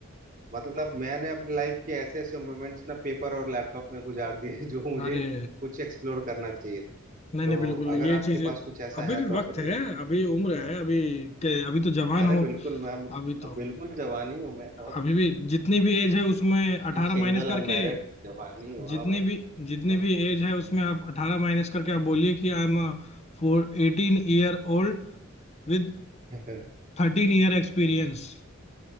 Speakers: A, on the right (about 40°); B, on the left (about 30°).
A: मतलब मैंने अपनी लाइफ के ऐसे ऐसे मोमेंट्स ना पेपर और लैपटॉप में गुजार दिए <laughs> जो मुझे
B: अरे
A: कुछ एक्सप्लोर करना चाहिए तो
B: नहीं नहीं बिल्कुल ये
A: अगर आपके
B: चीज
A: पास कुछ ऐसा
B: अभी
A: है
B: भी
A: तो आप
B: वक्त
A: बताइए
B: है अभी उम्र है अभी के अभी तो जवान
A: अरे
B: हो
A: बिल्कुल मैं
B: अभी तो
A: अब बिल्कुल जवान ही हूँ मैं और
B: अभी भी जितनी भी एज है उसमें अठारह
A: एकदम सिंगल
B: माइनस करके
A: अनमैरिड जवान ही हूँ
B: जितनी
A: हाँ भाई
B: भी
A: तो
B: जितनी भी एज है उसमें आप अठारह माइनस करके आप बोलिए कि I am four eighteen year old with
A: <laughs>
B: थर्टीन year experience